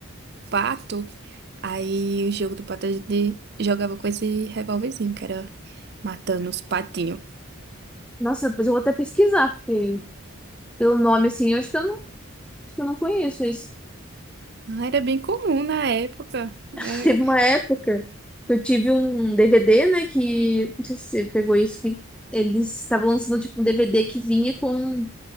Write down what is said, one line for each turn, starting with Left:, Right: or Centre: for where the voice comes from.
Right: pato. Aí o jogo do pato a gente jogava com esse revolvezinho, que era matando os patinhos.
Centre: Nossa, depois eu vou até pesquisar, porque pelo nome, assim, eu acho que eu não, acho que eu não conheço isso.
Right: Ah, Era bem comum na época. né?
Centre: <laughs> Teve uma época que eu tive um DVD, né, que, não sei se você pegou isso, que eles estavam lançando, tipo, um DVD que vinha com